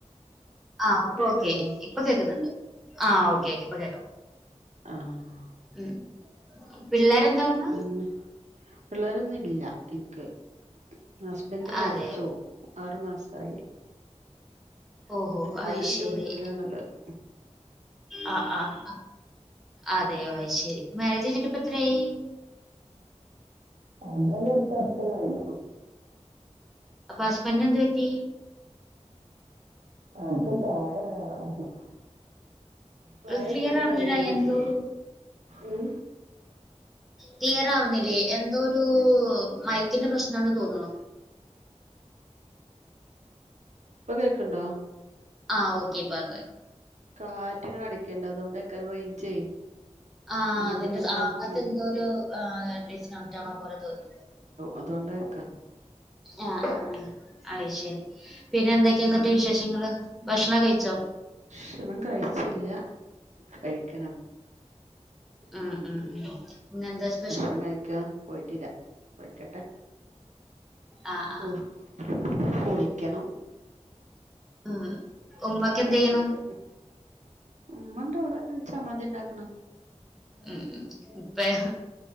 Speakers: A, in the centre; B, on the right.
A: ആ
B: ഇപ്പൊ
A: അപ്പൊ
B: കേക്ക്ണ്ടോ
A: ഓക്കെ ഇപ്പൊ കേൾക്കുന്നുണ്ട് ആ ഓക്കെ ഓക്കെ ഇപ്പൊ കേക്കാം
B: ആഹ്
A: ഉം പിള്ളേരെ എന്താ പറഞെ
B: പിന്ന പിള്ളേരൊന്നും ഇല്ല എനിക്ക് ഹസ്ബൻഡ്
A: അതെയോ
B: മരിച്ചു ആറു മാസമായി
A: ഓഹോ
B: ഇപ്പം
A: അത്
B: ഞാൻ എന്റെ
A: ശരി
B: വീട്ട്ലാണ് ഉള്ളത്
A: ആഹ് ആഹ് അതെയോ അയ് ശെരി മാരേജ് കയ്ഞ്ഞിട്ട് എത്രയി?
B: എന്തോ കേട്ട് എറക്കല്യ്യും
A: അപ്പോ ഹസ്ബന്റിന് എന്ത് പറ്റി?
B: അത് പ്രായായ ആളായിരുന്നു പ്രായയിട്ടാണ്
A: ക്ലിയർ ആവുന്നില്ല
B: കല്യാണം കൈച്ച്
A: എന്തോ ഒരു
B: മ്
A: ക്ലിയറാവ്ന്നില്ല്യേ എന്തോ ഒരു മയ്ക്കിന്റെ പ്രശ്നാണ് തോന്ന്ണു.
B: ഇപ്പം കേക്ക്ണ്ടോ?
A: ആ ഓക്കെ പ്പ ക്കായി
B: കാറ്റ് ഇങ്ങനെ അടക്ക്ണ്ട് അതോണ്ടേയ്കാരം റേഞ്ചേ
A: ആ
B: അങ്ങട്ടും
A: അതിന്റെ
B: ഇങ്ങട്ടും
A: ആ അങ്ങൻത്തെ
B: ഉം
A: എന്തോ ഒരു ആ ഡിസ്കണക്റ്റ് ആണോ പോലെ തോന്നി.
B: അതോണ്ടായിക്കാരം
A: ആഹ് ആഹ് അയ് ശെരി പിന്നെ എന്തൊക്കെയ
B: പിന്നെ
A: ഇന്ന്ട്ട് വിശേഷങ്ങള്.? ഭഷ്ണം കഴിച്ചോ?
B: ഭഷണം കഴിച്ചില്ല കഴിക്കണം.
A: ഉം ഉം ഉം ഇന്നെന്താ ഷ്
B: ഭഷണം കഴിക്കാ പോയിറ്റില്ല കയിക്കട്ടെ
A: ആ ആ
B: ഊ ഫ്. കുളിക്കണം
A: ഉം. ഉമ്മക്ക്
B: പണിക്കെണ്ട്.
A: എന്ത് ചെയ്യണു
B: ഉമ്മണ്ടവ്ടെ ചമ്മന്തി ഉണ്ടാക്ണ്.
A: ഉം ഉം ഇപ്പെ?